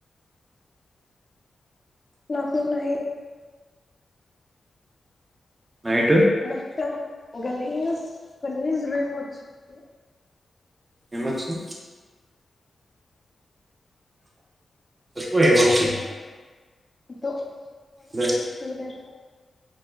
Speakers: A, on the left; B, on the right.
A: నాకుడున్నాయి
B: నైట్
A: మొత్తం గలీజ్ గలీజ్ మీమోచ్చింది.
B: ఏమోచ్చి చెప్పు ఏమొచ్చింది?
A: కట్టలేను తు నేను
B: అదే
A: నువ్ ఫీలైతవ్.